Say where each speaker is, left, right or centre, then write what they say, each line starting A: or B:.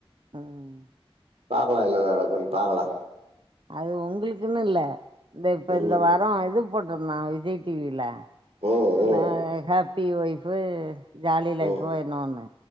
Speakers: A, on the right; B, on the right.
A: ம்
B: பாக்கலா என்ன நடக்குன் பாகலா
A: அது ஒங்களுக்குன் இல்ல இந்த இப்ப
B: ம்
A: இந்த வாரோ எது போட்ருந்தா விஜய் டி வி ல
B: ம் ம்
A: நா ஹேப் பி வொய்ஃபு ஜாலி லைஃபோ
B: ம்
A: என்னவோன்னு